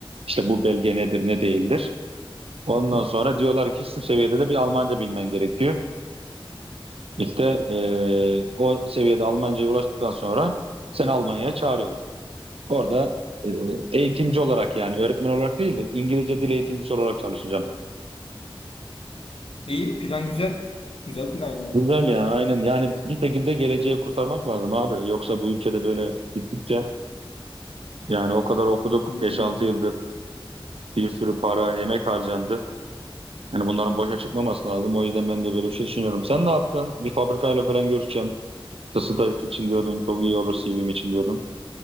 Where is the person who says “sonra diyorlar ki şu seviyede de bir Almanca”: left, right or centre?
Right